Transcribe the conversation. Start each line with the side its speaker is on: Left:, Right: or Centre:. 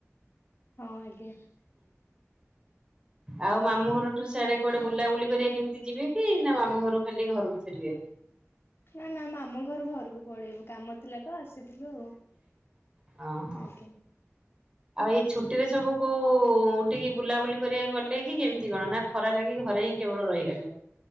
Left: ହଁ ଆଜ୍ଞା।
Right: ଆଉ ମାମୁଁଘର ଠୁ ସେୟାଡେ କୁଆଡ଼େ ବୁଲାବୁଲି କରିବା କେମିତି ଯିବେ କି? ନା ମାମୁଁ ଘରୁ ଖାଲି ଘରକୁ ଫେରିବେ।
Left: ନା ନା ମାମୁଁ ଘରୁ ଘରକୁ ପଳେଇବୁ। କାମ ଥିଲା ତ ଆସିଥିଲୁ।
Right: ହଁ ହଁ
Left: ଆଜ୍ଞା।
Right: ଆଉ ଏଇ ଛୁଟି ରେ ସବୁ କୋଉ ଠିକି ବୁଲାବୁଲି କରିବାକୁ ଗଲେ କି କେମିତି କଣ ନା ଖରା ଲାଗି ଘରେ ହିଁ କେବଳ ରହିଗଲେ।